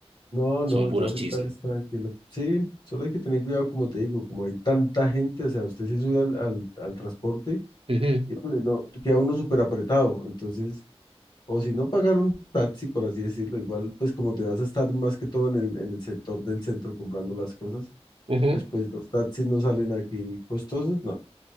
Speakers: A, on the left; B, on the right.
A: No, no,
B: son
A: ya
B: puros
A: ahorita
B: chismes.
A: es tranquilo. Sí, solo hay que tener cuidado, como te digo, como hay tanta gente, o sea, usted se sube al, al, al transporte
B: Ujú,
A: y pues, no, queda uno súper apretado. Entonces, o si no pagar un taxi, por así decirlo, igual, pues como te vas a estar más que todo en el, en el sector del centro comprando las cosas,
B: ujú.
A: pues, pues los taxis no salen aquí costosos, no,